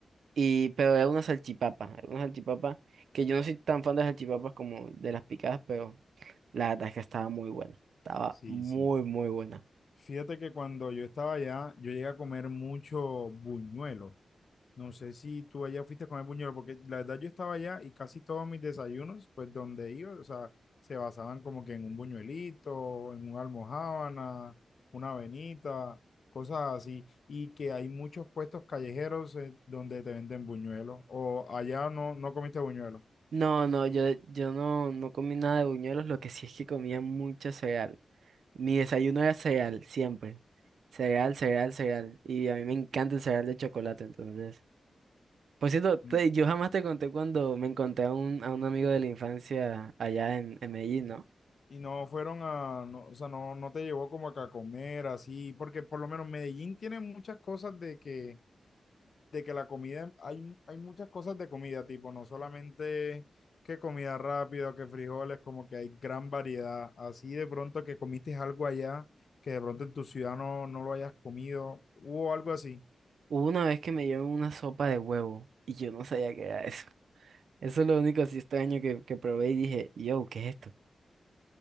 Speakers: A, on the right; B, on the left.
A: y, pero era una salchipapa, era una salchipapa que yo no soy tan fan de las salchipapas como de las picadas, pero la verdad es que estaba muy buena, estaba
B: Sí,
A: muy,
B: sí.
A: muy buena.
B: Fíjate que cuando yo estaba allá, yo llegué a comer mucho buñuelo. No sé si tú allá fuiste a comer buñuelos, porque la verdad yo estaba allá y casi todos mis desayunos, pues donde iba, o sea, se basaban como que en un buñuelito, en una almojábana, una avenita, cosas así, y que hay muchos puestos callejeros eh, donde te venden buñuelos, o allá no, no comiste buñuelos.
A: No, no, yo, yo no, no comí nada de buñuelos, lo que sí es que comía mucho cereal. Mi desayuno era cereal, siempre. Cereal, cereal, cereal. Y a mí me encanta el cereal de chocolate, entonces... Por cierto, te-
B: Mm,
A: yo jamás te conté cuando me encontré a un, a un amigo de la infancia allá en, en Medellín, ¿no?
B: Y no fueron a, no, o sea, no, no te llevó como que a comer así, porque por lo menos Medellín tiene muchas cosas de que de que la comida, hay, hay muchas cosas de comida, tipo, no solamente que comida rápida, que frijoles, como que hay gran variedad. Así de pronto que comiste algo allá que de pronto en tu ciudad no, no lo hayas comido o algo así.
A: Hubo una vez que me llevó una sopa de huevo y yo no sabía qué era eso. <laughs> Eso es lo único así extraño que, que probé y dije, yo, ¿qué es esto?